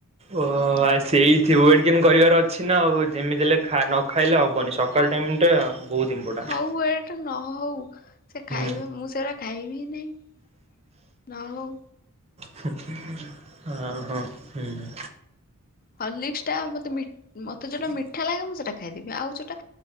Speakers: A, on the right (about 30°); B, on the left (about 40°).
A: ଓହୋ
B: ମୋର
A: ସେଇଥିବ ୱେଟ ଗେନ୍ କରିବାର ଅଛି ନା ଆଉ ଯେମିତି ହେଲେ ଖା ନ ଖାଇଲେ ହବନି। ସକାଳ
B: ହ
A: ଟାଇମ୍ ଟା ବହୁତ ଇମ୍ପୋର୍ଟାଣ୍ଟ।
B: ହଉ ୱେଟ ନହଉ। ସେ
A: ହୁଁ
B: ଖାଇବେ ମୁଁ ସେୟୁରା ଖାଇବି ନାଇଁ ନ ହୋଉ।
A: ହୁ ହୁ ଆ ହ ହୁଁ।
B: ହଲିକ୍ସ ଟା ମତେ ମି ମୋତେ ଯେଉଁଟା ମିଠା ଲାଗେ ମୁଁ ସେଇଟା ଖାଇଦେବି ଆଉ ଯେଉଟା